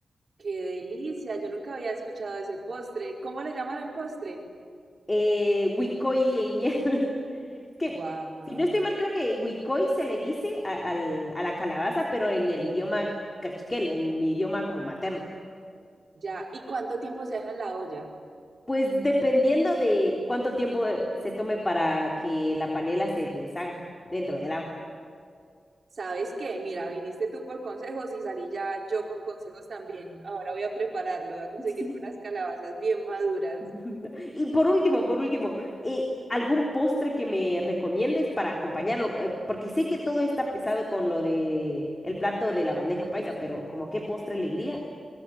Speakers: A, on the right; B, on the left.
A: ¡Qué delicia! Yo nunca había escuchado ese postre. ¿Cómo le llaman al postre?
B: Eh, Huicoy en Mie- <laughs> Es que,
A: ¡Wow!
B: si no estoy mal, creo que Huicoy se le dice a, al- a la calabaza, pero en el idioma cachiquel, en mi idioma como materno.
A: Ya. ¿Y cuánto tiempo se deja en la olla?
B: Pues dependiendo de cuánto tiempo eh, se tome para que la panela se deshaga dentro del agua.
A: ¿Sabes qué? Mira, viniste tú por consejos y salí ya yo con consejos también. Ahora voy a prepararlo, voy a conseguirme
B: Sí.
A: unas calabazas bien maduras.
B: <laughs> Y por último, por último, eh, ¿algún postre que me recomiendes para acompañarlo? Eh, porque sé que todo está pesado con lo de el plato de la bandeja paisa, pero ¿como qué postre le iría?